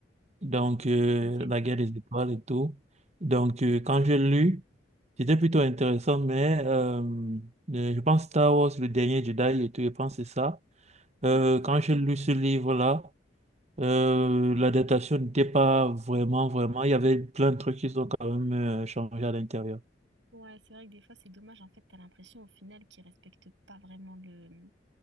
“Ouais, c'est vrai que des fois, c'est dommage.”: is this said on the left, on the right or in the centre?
Right